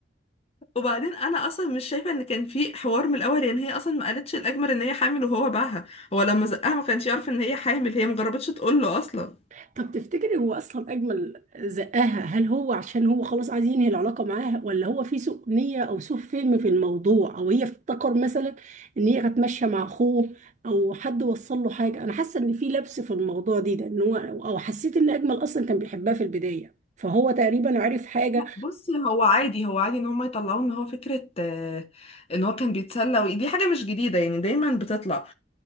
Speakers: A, on the left; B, on the right.
A: وبعدين انا اصلا مش شايفه ان كان في حوار من الاول يعني هي اصلا ما قالتش الاجمل ان هي حامل وهو باعها هو لما زقها ما كانش يعرف ان هي حامل هي ما جربتش تقول له اصلا
B: <laughs> طب تفتكري هو أصلا أجمل زقاها هل هو عشان هو خلاص عايز ينهي العلاقة معاها ولا هو في سوء نية أو سوء فهم في الموضوع أو هي افتكر مثلا إن هي كانت ماشية مع أخوه أو حد وصل له حاجة أنا حاسة إن في لبس في الموضوع دي ده إن هو أو حسيت إن أجمل أصلا كان بيحبها في البداية فهو تقريبا عرف حاجة
A: بصي هو عادي هو عادي ان هم يطلعوا ان هو فكرة آه، ان هو كان بيتسلى ودي حاجة مش جديدة يعني دايما بتطلع